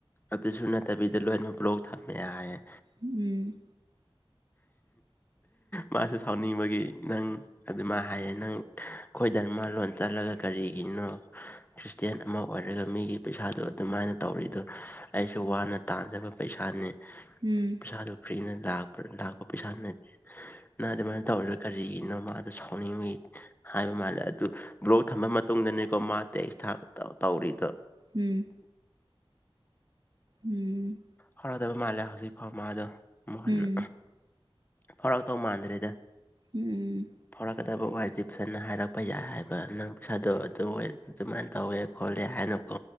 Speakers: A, on the left (about 20°); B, on the right (about 50°).
A: ꯑꯗꯨꯁꯨ ꯅꯠꯇꯕꯤꯗ ꯂꯣꯏꯅꯃꯛ ꯕ꯭ꯂꯣꯛ ꯊꯝꯃꯦ ꯍꯥꯏꯌꯦꯦ
B: ꯎꯝ
A: ꯃꯥꯁꯨꯦ ꯁꯥꯎꯅꯤꯡꯕꯒꯤ ꯅꯪ ꯍꯥꯏꯗꯤ ꯃꯥ ꯍꯥꯏꯌꯦ ꯅꯪ ꯑꯩꯈꯣꯏ ꯙꯔꯃ ꯂꯣꯟ ꯆꯠꯂꯒ ꯀꯔꯤꯒꯤꯅꯣ ꯈ꯭ꯔꯤꯁꯇꯌꯥꯟ ꯑꯃ ꯑꯣꯏꯔꯒ ꯃꯤꯒꯤ ꯄꯩꯁꯥꯗꯣ ꯑꯗꯨꯃꯥꯏꯅ ꯇꯧꯔꯤꯗꯣ ꯑꯩꯁꯨ ꯋꯥꯅ ꯇꯥꯖꯕ ꯄꯩꯁꯥꯅꯤ
B: ꯎꯝ
A: ꯄꯩꯁꯥꯗꯨꯣ ꯐ꯭ꯔꯤꯅ ꯂꯥꯛꯄ ꯄꯩꯁꯥꯗꯨ ꯅꯠꯇꯦ ꯑꯗꯨꯃꯥꯏꯅ ꯇꯧꯔ ꯀꯔꯤꯒꯤꯅꯣ ꯃꯥꯗ ꯁꯥꯎꯅꯤꯡꯉꯤ ꯍꯥꯏꯕ ꯃꯥꯜꯂꯦ ꯑꯗꯨ ꯕ꯭ꯂꯣꯛ ꯊꯝꯕ ꯃꯇꯨꯡꯗꯅꯤꯀꯣ ꯃꯥ ꯇꯦꯛꯁ ꯊ ꯇꯧꯔꯤꯗꯣ
B: ꯎꯝ ꯎꯝ
A: ꯍꯔꯗꯕ ꯃꯥꯜꯂꯦ ꯍꯧꯖꯤꯛ ꯐꯥꯎ ꯃꯥꯗꯣ ꯃꯨꯟꯅ
B: ꯎꯝ
A: ꯐꯧꯔꯥꯛ ꯇꯧ ꯃꯥꯟꯗ꯭ꯔꯦꯗ
B: ꯎꯝ
A: ꯐꯥꯎꯔꯛꯀꯗꯕ ꯑꯣꯏꯔꯗꯤ ꯐꯖꯅ ꯍꯥꯏꯔꯛꯄ ꯌꯥꯏ ꯍꯥꯏꯕ ꯅꯪ ꯄꯩꯁꯥꯗꯣ ꯑꯗꯨꯋ ꯑꯗꯨꯃꯥꯏꯅ ꯇꯧꯋꯦ ꯈꯣꯠꯂꯦ ꯍꯥꯏꯅꯨꯀꯣ